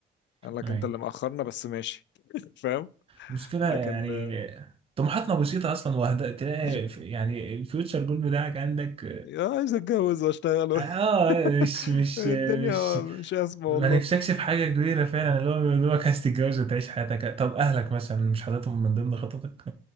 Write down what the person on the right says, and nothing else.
اي
المشكلة يعني
طموحاتنا بسيطة أصلا وهدا تلاقي
في- يعني الفيوتشر جول بتاعك عندك
اه آه، مش
مش
مش
ما
نفسكش في حاجة كبيرة فعلا اللي هو يا دوبك عايز تتجوز وتعيش حياتك طب أهلك مثلا مش حاططهم من ضمن خططك